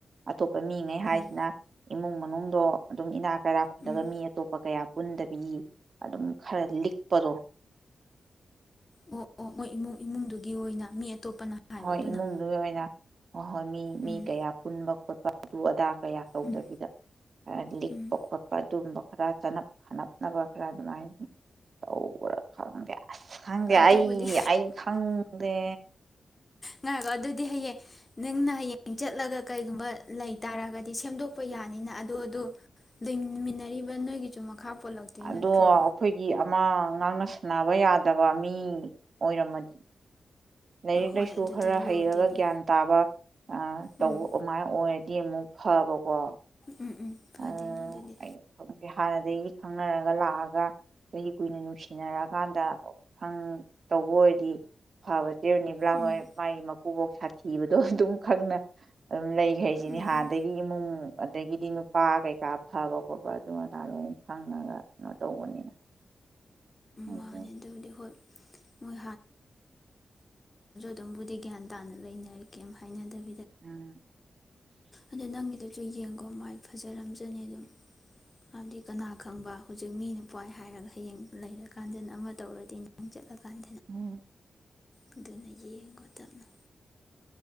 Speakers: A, on the right; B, on the left.
A: ꯑꯇꯣꯞꯄ ꯃꯤꯉꯩ ꯍꯥꯏꯁꯤꯅ
B: ꯎꯝ
A: ꯏꯃꯨꯡ ꯃꯅꯨꯡ ꯑꯗꯣ ꯑꯗꯨꯝ ꯏꯅꯥꯛ ꯀꯔꯥ ꯈꯨꯠꯂꯒ
B: ꯎꯝ
A: ꯃꯤ ꯑꯇꯣꯞꯄ ꯀꯌꯥ ꯄꯨꯟꯗꯕꯤ ꯑꯗꯨꯝ ꯈꯔ ꯂꯤꯛꯄꯗꯣ
B: ꯑꯣ ꯑꯣ ꯑꯣ ꯏꯃꯨꯡ ꯏꯃꯨꯡꯗꯨꯒꯤ ꯑꯣꯏꯅ ꯃꯤ ꯑꯇꯣꯞꯄꯅ ꯍꯥꯏꯕꯗꯨꯅ
A: ꯍꯣꯏ ꯏꯃꯨꯡꯗꯨꯒꯤ ꯑꯣꯏꯅ ꯍ‌ꯣꯏ ꯍꯣꯏ ꯃꯤ ꯃꯤ
B: ꯎꯝ
A: ꯀꯌꯥ ꯄꯨꯟꯕ ꯈꯣꯠꯄ ꯑꯗꯨ ꯑꯗꯥ ꯀꯌꯥ ꯇꯧꯗꯕꯤꯗ
B: ꯎꯝ
A: ꯂꯤꯛꯄ
B: ꯎꯝ
A: ꯈꯣꯠꯄ ꯑꯗꯨꯝꯕ ꯈꯔ ꯆꯅꯞ ꯍꯅꯞꯅꯕ ꯈꯔ ꯑꯗꯨꯃꯥꯏꯅ ꯇꯧꯕꯔ ꯈꯪꯗꯦ ꯑꯁ ꯈꯪꯗꯦ
B: ꯑꯗꯨꯕꯨꯗꯤ
A: ꯑꯩ ꯑꯩ ꯈꯪꯗꯦ
B: ꯉꯥꯏꯀꯣ ꯑꯗꯨꯗꯤ ꯍꯌꯦꯡ ꯅꯪꯅ ꯍꯌꯦꯡ ꯆꯠꯂꯒ ꯀꯩꯒꯨꯝꯕ ꯂꯩ ꯇꯥꯔꯒꯗꯤ ꯁꯦꯝꯗꯣꯛꯄ ꯌꯥꯅꯤꯅ ꯑꯗꯨ ꯑꯗꯨ ꯂꯩꯃꯤꯟꯅꯔꯤꯕ ꯅꯣꯏꯒꯤꯁꯨ ꯃꯈꯥ ꯄꯣꯜꯂꯛꯇꯣꯏ
A: ꯑꯗꯣ
B: ꯅꯠꯇ꯭ꯔꯣ
A: ꯑꯩꯈꯣꯏꯒꯤ ꯑꯃ ꯉꯥꯡꯅ ꯁꯥꯟꯅꯕ ꯌꯥꯗꯕ ꯃꯤ ꯑꯣꯏꯔꯝꯃꯗꯤ ꯂꯥꯏꯔꯤꯛ
B: ꯍꯣꯏ
A: ꯂꯥꯏꯁꯨ
B: ꯑꯗꯨꯗꯤ
A: ꯈꯔ
B: ꯂꯨꯗꯣꯏꯅꯤ
A: ꯍꯩꯔꯒ ꯒ꯭ꯌꯥꯟ ꯇꯥꯕ ꯇꯧꯕ
B: ꯎꯝ
A: ꯑꯗꯨꯃꯥꯏꯅ ꯑꯣꯏꯔꯗꯤ ꯑꯃꯨꯛ ꯐꯕ ꯀꯣ
B: ꯎꯝ ꯎꯝ ꯐꯗꯣꯏꯅꯤ
A: ꯑ
B: ꯑꯗꯨꯗꯤ
A: ꯑꯩ ꯈꯪꯗ‌ꯦ ꯍꯥꯏꯔ ꯑꯗꯒꯤ ꯈꯪꯅꯔꯒ ꯂꯥꯛꯑꯒ ꯆꯍꯤ ꯀꯨꯏꯅ ꯅꯨꯡꯁꯤꯅꯔꯛꯑꯀꯥꯟꯗ ꯈꯪ ꯇꯧꯕ ꯑꯣꯏꯔꯗꯤ ꯐꯕꯅꯤ ꯆ‌ꯦ ꯔꯣꯅꯤꯕꯥꯂꯥ
B: ꯎꯝ
A: ꯍꯣꯏ ꯃꯥꯏ ꯃꯀꯨꯕꯣꯛ ꯁꯥ ꯊꯤꯕꯗꯣ ꯑꯗꯨꯝ ꯈꯪꯅ ꯑꯗꯨꯝ ꯂꯩ ꯒꯩ ꯁꯤꯅꯤ
B: ꯎꯝ
A: ꯍꯥꯟꯗꯒꯤ
B: ꯎꯝ
A: ꯏꯃꯨꯡ ꯑꯗꯒꯤꯗꯤ ꯀꯥ ꯀꯩꯀꯥ ꯐꯕ ꯈꯣꯠꯄ ꯑꯗꯨ ꯑꯗꯥ ꯂꯣꯏ ꯈꯪꯉꯒ ꯀꯩꯅꯣ ꯇꯧꯕꯅꯤꯅ ꯎ
B: ꯃꯥꯅꯦ ꯑꯗꯨꯕꯨꯗꯤ ꯍꯣꯏ ꯃꯣꯏ ꯑꯗꯣꯝꯕꯨꯗꯤ ꯒ꯭ꯌꯥꯟ ꯇꯥꯅ ꯂꯩꯅꯔꯦꯩꯝ ꯍꯥꯏꯅꯗꯒꯦ
A: ꯎꯝ
B: ꯑꯗꯣ ꯅꯪꯒꯤꯗꯨꯁꯨ ꯌꯦꯡꯀꯣ ꯃꯥꯏ ꯐꯖꯔꯝꯖꯅꯤ ꯑꯗꯨꯝ ꯍꯥꯏꯕꯗꯤ ꯀꯅꯥ ꯈꯪꯕ ꯍꯧꯖꯤꯛ ꯃꯤꯅ ꯄꯏ ꯍꯥꯏꯔꯒ ꯍꯌꯦꯡ ꯂꯩꯔꯀꯥꯟꯗꯅ ꯑꯃ ꯇꯧꯔꯗꯤ ꯇ ꯆꯠꯗꯀꯅꯤ
A: ꯎꯝ
B: ꯑꯗꯨꯅ ꯌꯦꯡꯕ ꯇꯞꯅ